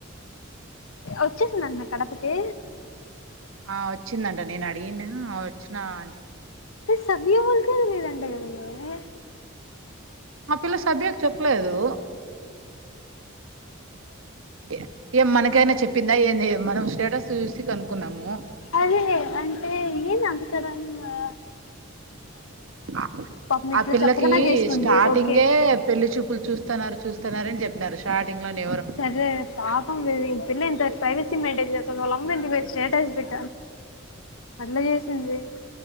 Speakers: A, on the left; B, on the right.
A: వచ్చేసిందంటానా కడపకి.
B: ఆహ్ ఓచ్చిందంట నేన్ అడిగింన ఓచ్చిన అన్ చెప్ప్.
A: ఎ సవ్యంగలేదంటగదవే.
B: ఆపిల్ల సబ్యాక్ చెప్పలేదు. యే ఏం మనకైనా చెప్. పింద ఏంది మనం స్టేటస్ సూసి కనుక్కున్నాము.
A: అదే అంటే ఏంది అంత సడన్గా.
B: ఆ
A: పాపం
B: ఆ
A: ఇట్లా
B: పిల్లకి
A: చెప్పకుండా చేసుకుంది
B: స్టార్టింగే
A: ఓకే
B: పెళ్లి చూపుల్ చూస్తన్నారు చూ. చూస్తున్నారని జేప్పినారు స్టార్టింగ్లోనే ఎవరో.
A: అదె పాపం గదే పిల్లా ఇంత ప్రైవసీ మెయింటేన్ చేస్తది వాళ్ళ అమ్మ ఏందివే స్టేటస్ పెట్. అట్లా చేస్తుంది